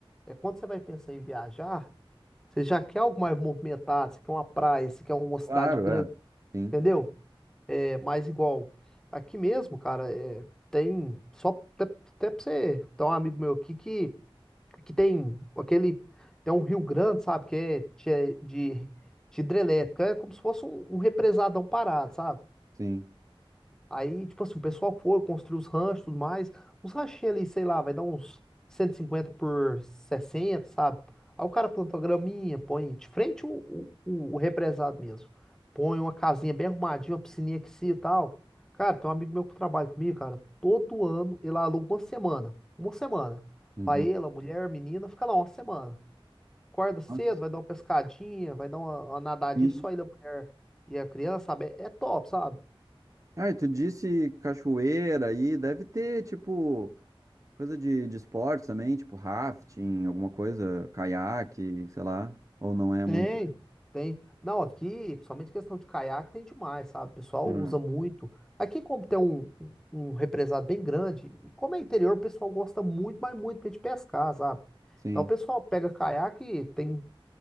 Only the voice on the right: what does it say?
Claro,
é. Sim,
sim.
Uhum.
Nossa,
sim.
Ah, e tu disse cachoeira aí, deve ter, tipo, coisa de, de esporte também, tipo rafting, alguma coisa, caiaque, sei lá. Ou não é
muito.
Ah,
não.
Sim.